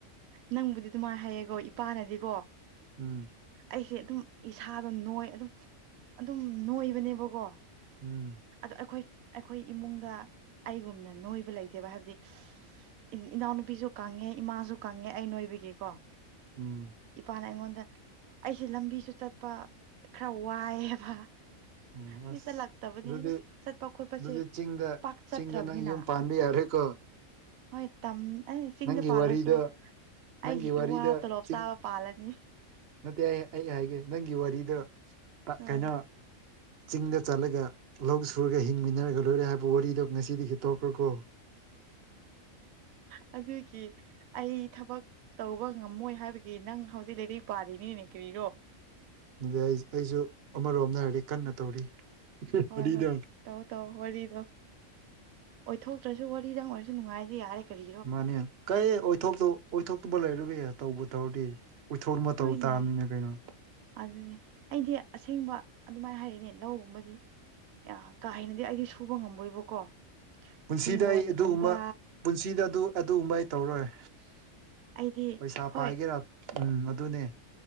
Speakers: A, on the right; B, on the right.
A: ꯅꯪꯕꯨꯗꯤ ꯑꯗꯨꯃꯥꯏ ꯍꯥꯏꯌꯦꯀꯣ ꯏꯄꯥꯅꯗꯤꯀꯣ
B: ꯎꯝ
A: ꯑꯩꯁꯦ ꯑꯗꯨꯝ ꯏꯁꯥꯗꯣ ꯅꯣꯏ ꯑꯗꯨꯝ ꯑꯗꯨꯝ ꯅꯣꯏꯕꯅꯦꯕꯀꯣ
B: ꯎꯝ
A: ꯑꯗꯣ ꯑꯩꯈꯣꯏ ꯑꯩꯈꯣꯏ ꯏꯃꯨꯡꯗ ꯑꯩꯒꯨꯝꯅ ꯅꯣꯏꯕ ꯂꯩꯇꯦꯕ ꯍꯥꯏꯕꯗꯤ ꯏ ꯏꯅꯥꯎꯅꯨꯄꯤꯖꯨ ꯀꯪꯉꯦ ꯏꯃꯥꯖꯤ ꯀꯪꯉꯦ ꯑꯩ ꯅꯣꯏꯕꯒꯤꯀꯣ
B: ꯎꯝ
A: ꯏꯄꯥꯅ ꯑꯩꯉꯣꯟꯗ ꯑꯩꯁꯦ ꯂꯝꯕꯤꯁꯨ ꯆꯠꯄ ꯈꯔ ꯋꯥꯏꯑꯦꯕ
B: ꯑꯣ
A: <unintelligible>
B: ꯑꯁ ꯑꯗꯨꯗꯤ
A: ꯍꯥꯏꯗꯤ ꯆꯠꯄ ꯈꯣꯠꯄꯁꯦ
B: ꯑꯗꯨꯗꯤ ꯆꯤꯡꯗ
A: ꯄꯥꯛ ꯆꯠꯇ꯭ꯔꯕꯅꯤꯅ
B: ꯆꯤꯡꯗ ꯅꯪ ꯌꯨꯝ ꯄꯥꯟꯕ ꯌꯥꯔꯦꯀꯣ
A: ꯍꯣꯏ ꯇꯝ ꯑꯩ ꯆꯤꯡꯗ
B: ꯅꯪꯒꯤ
A: ꯄꯥꯜꯂꯁꯨ
B: ꯋꯥꯔꯤꯗꯣ
A: ꯑꯩꯒꯤ
B: ꯅꯪꯒꯤ ꯋꯥꯔꯤꯗꯣ
A: ꯏꯋꯥ ꯇꯣꯂꯣꯞ
B: ꯆꯤꯡ
A: ꯆꯥꯕ ꯄꯥꯜꯂꯅꯤ
B: ꯅꯠꯇꯦ ꯑꯩ ꯑꯩ ꯍꯥꯏꯒꯦ ꯅꯪꯒꯤ ꯋꯥꯔꯤꯗꯣ ꯄ
A: ꯎꯝ
B: ꯀꯩꯅꯣ ꯆꯤꯡꯗ ꯆꯠꯂꯒ ꯂꯧ ꯁꯨꯔꯒ ꯍꯤꯡꯃꯤꯟꯅꯔꯒ ꯂꯣꯏꯔꯦ ꯍꯥꯏꯕ ꯋꯥꯔꯤꯗꯣ ꯉꯁꯤꯗꯒꯤ ꯇꯣꯛꯈ꯭ꯔꯣꯀꯣ
A: ꯑꯗꯨ ꯀꯤ ꯑꯩ ꯊꯕꯛ ꯇꯧꯕ ꯉꯝꯃꯣꯏ ꯍꯥꯏꯕꯒꯤ ꯅꯪ ꯍꯧꯖꯤꯛ ꯔꯩꯔꯛ ꯄꯥꯔꯤꯅꯤꯅꯦ ꯀꯔꯤꯔꯣ
B: ꯑꯗꯨꯗ ꯑꯩ ꯑꯩꯁꯨ ꯑꯃꯔꯣꯝꯗ ꯍꯥꯏꯔꯗꯤ ꯀꯟꯅ ꯇꯧꯔꯤ
A: ꯍꯣꯏ
B: ꯋꯥꯔꯤꯗꯣ
A: ꯍꯣꯏ ꯇꯧ ꯇꯧ ꯋꯥꯔꯤꯗꯣ ꯑꯣꯏꯊꯣꯛꯇ꯭ꯔꯁꯨ ꯋꯥꯔꯤꯗꯪ ꯑꯣꯏꯔꯁꯨ ꯅꯨꯡꯉꯥꯏꯗꯤ ꯌꯥꯔꯦ ꯀꯔꯤ
B: ꯐꯅꯤ ꯀꯩ ꯑꯣꯏꯊꯣꯛꯇ ꯑꯣꯏꯊꯣꯛꯇꯕ ꯂꯩꯔꯣꯏꯌꯦ ꯇꯧꯕꯨ ꯇꯧꯔꯗꯤ ꯎꯏꯊꯣꯛꯅꯕ
A: ꯍꯣꯏꯅꯦ
B: ꯇꯧ ꯇꯥꯝꯅꯤꯅ ꯀꯩꯅꯣ
A: ꯑꯗꯨꯅꯦ ꯑꯩꯗꯤ ꯑꯁꯦꯡꯕ ꯑꯗꯨꯃꯥꯏ ꯍꯥꯏꯔꯤꯅꯦ ꯂꯧꯒꯨꯝꯕꯗꯤ ꯑ ꯀꯥ ꯍꯦꯅꯗꯤ ꯑꯩꯗꯤ ꯁꯨꯕ ꯉꯃꯣꯏꯕꯀꯣ
B: ꯄꯨꯟꯁꯤꯗ
A: ꯍꯤꯡꯒꯣꯟꯒꯨꯝꯕ
B: ꯑꯩ ꯑꯗꯨꯒꯨꯝꯕ ꯄꯨꯟꯁꯤꯗ ꯑꯗꯨ ꯑꯗꯨꯒꯨꯝꯕ ꯑꯩ ꯇꯧꯔꯣꯏ
A: ꯑꯩꯗꯤ
B: ꯄꯩꯁꯥ
A: ꯍꯣꯏ
B: ꯄꯥꯏꯒꯦꯔꯥ ꯎꯝ ꯑꯗꯨꯅꯦ